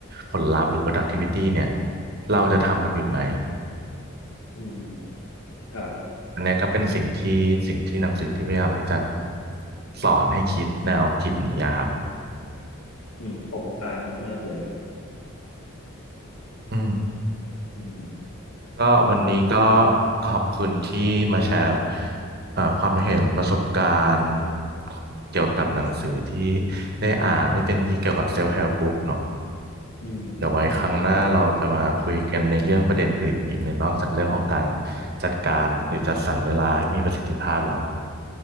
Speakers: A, on the right; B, on the left.
A: ผลลัพธ์หรือ productivity เนี่ยเราจะทำมันอยู่ไหม
B: อืมครับ
A: อันเนี้ยก็เป็นสิ่งที่สิ่งที่หนังสือที่พยายามที่จะ
B: อืม
A: สอนให้คิดแนวคิดนี้อะครับ
B: อืมอืมคมคายมากๆเลยครับ
A: อืม
B: อืม
A: ก็วันนี้ก็ขอบคุณที่มาแชร์เอ่อความเห็นประสบการณ์เกี่ยวกับหนังสือที่ได้อ่านที่เป็นที่เกี่ยวกับ self help book เนอะ
B: อืม
A: เดี๋ยวไว้ครั้งหน้าเราจะมาคุยกันในเรื่องประเด็นอื่นอีกหน่นอกจากเรื่องของการ
B: ใช่ครับ
A: จัดการหรือจัดสรรเวลาให้มีประสิทธิภาพแล้ว